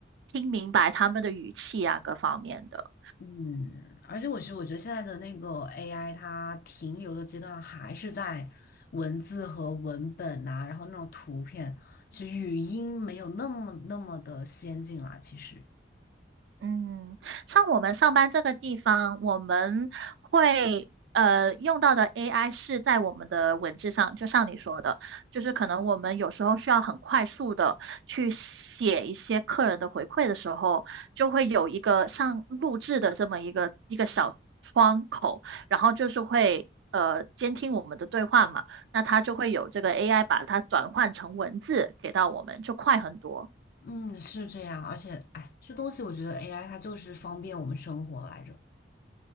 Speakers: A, on the right; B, on the left.
A: 听明白他们的语气啊，各方面的。
B: 嗯，而且我其实我觉得现在的那个 AI，它停留的阶段还是在文字和文本呐、然后那种图片，其实语音没有那么那么的先进啦。其实，
A: 嗯，像我们上班这个地方，我们会呃用到的 AI 是在我们的文字上，就像你说的，就是可能我们有时候需要很快速的去写一些客人的回馈的时候，就会有一个像录制的这么一个一个小窗口，然后就是会呃监听我们的对话嘛，那它就会有这个 AI 把它转换成文字给到我们，就快很多。
B: 嗯，是这样。而且，哎，这东西我觉得 AI 它就是方便我们生活来着。